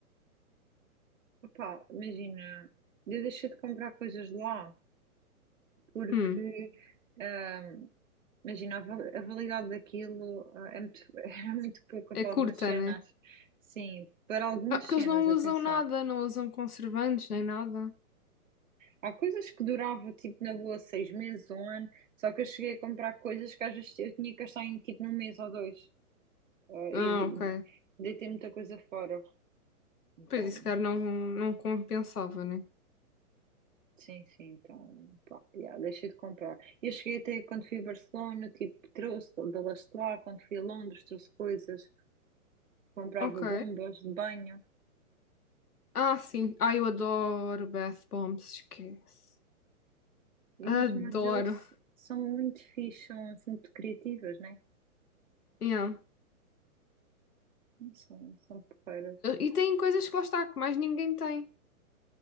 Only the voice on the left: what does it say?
Hum,
é
curta,
né?
Ah, porque
eles não
usam nada, não usam conservantes nem nada.
Ah,
ok.
Pois isso, cara, não, não compensava, né?
Ok.
Ah, sim. Ah, eu adoro bath bombs, esquece.
Adoro.
Yeah.
E tem coisas que lá está, que mais ninguém tem.